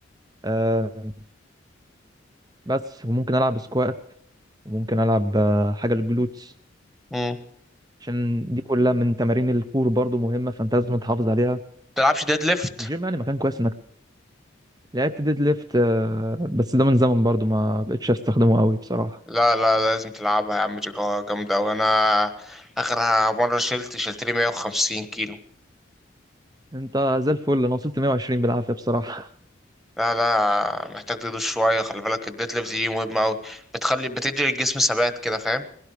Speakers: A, on the right; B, in the centre.
A: آه، بس وممكن العب سكوات وممكن العب آه، حاجه للجلوتس
B: مم.
A: عشان دي كلها من تمارين الكور برضو مهمه فانت لازم تحافظ عليها
B: بتلعبش ديد ليفت
A: الجيم يعني مكان كويس انك لعبت ديد ليفت آه، بس ده من زمن برضو ما بقتش استخدمه قوي بصراحه
B: لا لا لازم تلعبها يا عم دي جا- جامدة أوي أنا آخر مرة شلت شلت لي 150 كيلو
A: انت زي الفل انا وصلت 120 بالعافيه بصراحه
B: لا لا محتاج تدوس شوية خلي بالك الديد ليفت دي مهمة أوي بتخلي بتدي الجسم ثبات كده فاهم